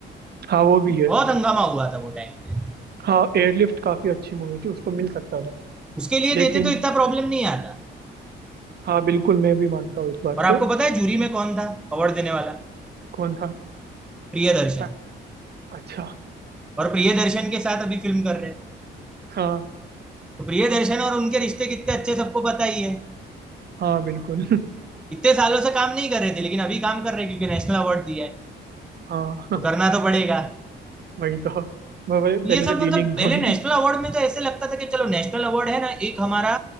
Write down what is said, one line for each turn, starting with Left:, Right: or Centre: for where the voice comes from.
Right: हाँ वो भी है
Centre: बहुत हंगामा हुआ था वो टाइम पे
Right: हाँ एयरलिफ्ट काफी अच्छी मूवी थी उसको मिल सकता था
Centre: उसके लिए
Right: लेकिन
Centre: देते तो इतना प्रॉब्लम नहीं आता
Right: हाँ बिल्कुल मैं भी मानता हूँ इस बात
Centre: और आपको
Right: को
Centre: पता है जूरी में कौन था अवार्ड देने वाला
Right: कौन था
Centre: प्रियदर्शन
Right: हाँ, अच्छा
Centre: और प्रियदर्शन के साथ अभी फिल्म कर रहे हैं
Right: हाँ
Centre: तो प्रियदर्शन और उनके रिश्ते कितने अच्छे सबको पता ही है
Right: हाँ बिल्कुल
Centre: इतने सालों से काम नहीं कर रहे थे लेकिन अभी काम कर रहे हैं क्योंकि नेशनल अवार्ड दिया है
Right: <laughs> हाँ
Centre: तो करना तो पड़ेगा
Right: वही तो वह- वह
Centre: ये
Right: पहले
Centre: सब
Right: से
Centre: मतलब
Right: डीलिंग
Centre: पहले
Right: होगी
Centre: नेशनल अवार्ड में तो ऐसे लगता था कि चलो नेशनल अवार्ड है ना एक हमारा